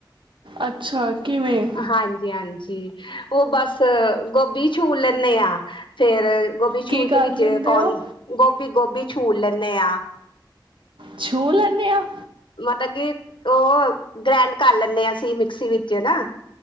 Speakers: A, on the right; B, on the left.
A: ਅੱਛਾ। ਕਿਵੇਂ
B: ਹਾਂਜੀ-ਹਾਂਜੀ। ਉਹ ਬਸ ਗੋਭੀ ਛੂਰ ਲੈਂਨੇ ਆਂ, ਫੇਰ ਗੋਭੀ
A: ਕੀ
B: ਛੂੂਰ
A: ਕਰ
B: ਕੇ ਵਿੱਚ
A: ਲੈਂਦੇ
B: ਕੌ
A: ਹੋ
B: ਗੋਭੀ-ਗੋਭੀ ਛੂਰ ਲੈਨੇ ਆਂ।
A: ਛੂਰ ਲੈਂਨੇ ਹਾਂ।
B: ਮਤਲਬ ਕੀ ਉਹ ਗ੍ਰੈਂਡ ਕਰ ਲੈਂਨੇ ਹਾਂ ਅਸੀਂ ਮਿਕਸੀ ਵਿੱਚ ਨਾ।